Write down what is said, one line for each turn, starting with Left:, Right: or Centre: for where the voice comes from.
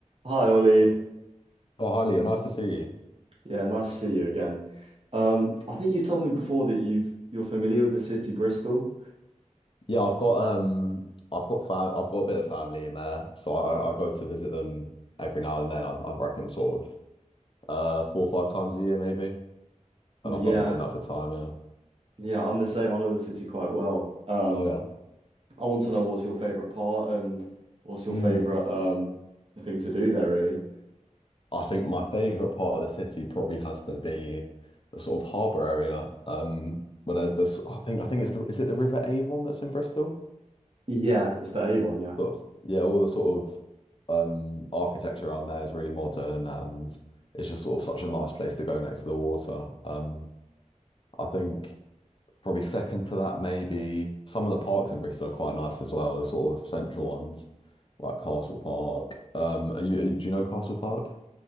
Right: Hi Ollie.
Left: Oh, hi Leo, nice to see you.
Right: Yeah, nice to see you again. Um, I think you told me before that you've you're familiar with the city Bristol.
Left: Yeah, I've got um, I've got fam, I've got a bit of family in there, so I, I go to visit them every now and then. I, I reckon sort of uh four or five times a year maybe, and
Right: Yeah,
Left: I've, I've been doing that for time. Yeah.
Right: yeah, I'm the same. I know the city quite well. Um,
Left: Oh yeah.
Right: I want to know what's your favorite part and what's your
Left: Mm.
Right: favorite um thing to do there really.
Left: I think my favorite part of the city probably has to be the sort of harbour area. Um, where there's this, I think I think it's the is it the River Avon that's in Bristol?
Right: Yeah, it's the Avon, yeah.
Left: sort of yeah, all the sort of um architecture around there is really modern and it's just sort of such a nice place to go next to the water. Um I think probably second to that maybe some of the parks in Bristol are quite nice as well, the sort of central ones like Castle Park. Um are you, are you- do you know Castle Park?